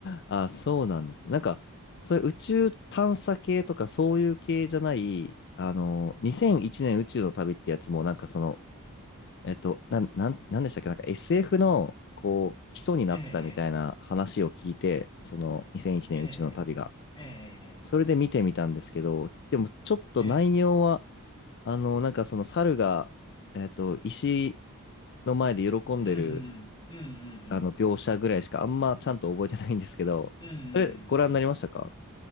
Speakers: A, on the left (about 50°); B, on the left (about 20°).
A: あ、そうなんですね。なんか、そういう宇宙探査系とかそういう系じゃない、あの、2001年宇宙の旅ってやつも、なんかその、えっと、なん、なん、なんでしたっけ、なんか SF の、こう、基礎になったみたいな話を聞いて、
B: ええ、
A: その2001年宇宙の旅が。
B: ええ、ええ、
A: それで見てみたんですけど、でもちょっと内容は、
B: ええ、
A: あの、なんかその猿が、えっと、石の前で喜んでる、
B: うん、うん、うん、
A: あの、描写ぐらいしかあんまちゃんと覚えてないんですけど、
B: うん、うん、
A: <laughs>
B: うん、うん、
A: あれ、ご覧になりましたか
B: うん。い